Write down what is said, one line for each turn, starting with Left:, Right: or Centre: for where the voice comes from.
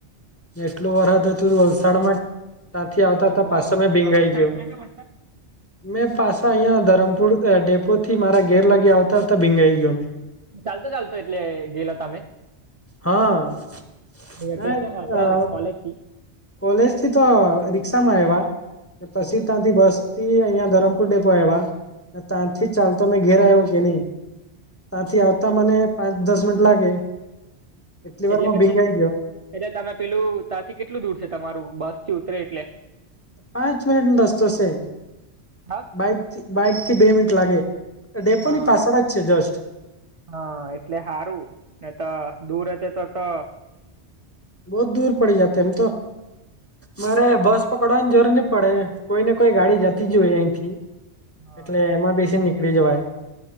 Left: એટલું વરહાદ હતું વલસાડમાંજ ત્યાંથી આવતા
Right: આજે
Left: તા,
Right: બહુ
Left: પાછો
Right: વરસાદ
Left: મે ભીંગાઈ
Right: તમારા સાઈડ
Left: ગ્યો.
Right: છે કે વરસાદ
Left: મેં પાછા અહિયાં ધરમપુર અ ડેપોથી મારા ઘેર લાગી આવતા તા ભીંજાઈ ગ્યો મેં.
Right: ચાલતો ચાલતો એટલે ગેલો તમે?
Left: હા
Right: એ સ્પેસ
Left: ના
Right: આપડા કોલેજથી
Left: કોલેજ થીતો રિક્ષામાં આય્વા ને પછી ત્યાંથી બસ થી અહિયાં ધરમપુર ડેપો આય્વા, ન તાંથી ચાલતો મે ઘેર આવ્યો કે નહીં. ત્યાંથી આવતા મને પાંચ દસ મિનિટ લાગે એટલી
Right: એટલે
Left: વારમા
Right: પછી
Left: ભીંજાઈ ગ્યો.
Right: એટલે તમે પેલું ત્યાંથી કેટલું દૂર છે, તમારું બસ થી ઉતરે એટલે.
Left: પાંચ મિનિટનો રસ્તો શે,
Right: હા
Left: બાઈકથી બાઈકથી બે મિનિટ લાગે ડેપોની
Right: હા
Left: પાછળ જ છે, જસ્ટ
Right: હા એટલે હારું નેતો દૂર હાતે તો તો,
Left: બહુત દૂર પડી જાતે એમ તો, મારે બસ પકડવાની જરૂર ની પડે કોઈ ને કોઈ ગાડી જતી જ હોય અહીંથી,
Right: હા
Left: એટલે એમાં બેસીને નીકળી જવાય,